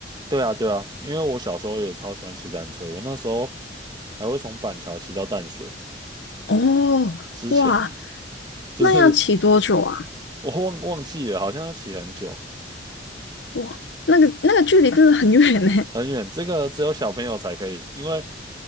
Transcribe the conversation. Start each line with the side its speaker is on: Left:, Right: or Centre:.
Right: 对啊，对啊，因为我小时候也超喜欢骑单车，我那时候还会从板桥骑到淡水。
Left: 哦，
Right: 之前，
Left: 哇，
Right: 就是
Left: 那要骑多久啊？
Right: 我忘忘记了，好像要骑很久
Left: 哇，那个那个距离真的很远呢，
Right: 很远。这个只有小朋友才可以，因为